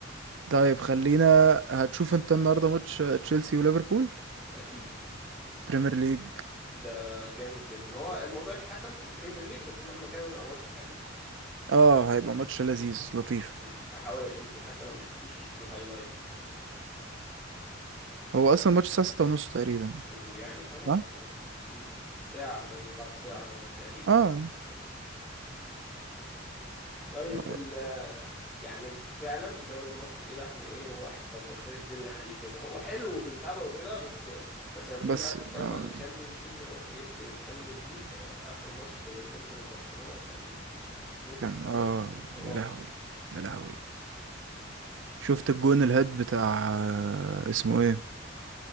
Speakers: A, on the right; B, in the centre.
A: طيب خلينا هتشوف انت النهارده ماتش تشيلسي وليفربول
B: أكيد
A: بريمير ليج
B: ده جامد جدا هو الموضوع اتحسن في البريمير ليج بس مهما كان يبقى ماتش حلو
A: اه هيبقى ماتش لذيذ لطيف
B: مم. هحاول اشوفه حتى لو ما شفتوش اشوف الهايلايتس يعني
A: هو اصلا ماتش الساعه 6 ونص تقريبا
B: مم. يعني خلاص
A: صح
B: اه مم. ساعة بعد بعد ساعة يعني تقريبا
A: اه
B: ساعة وشوية طيب
A: آه،
B: ال يعني فعلا الدوري المصري كده احنا ايه هو كتر خير الدنيا عليه كده هو حلو وبنتابعه وكده بس بس لما تيجي
A: بس
B: بقى تتكلم
A: آه
B: على الشامبيونز ليج زي ما انت جبت الشامبيونز ليج اخر ماتش بين الانتر وبرشلونة كان يعني متعة
A: كان
B: كروية
A: اه
B: كان خرافي
A: يا لهوي يا لهوي شفت الجون الهيد بتاع آه، اسمه ايه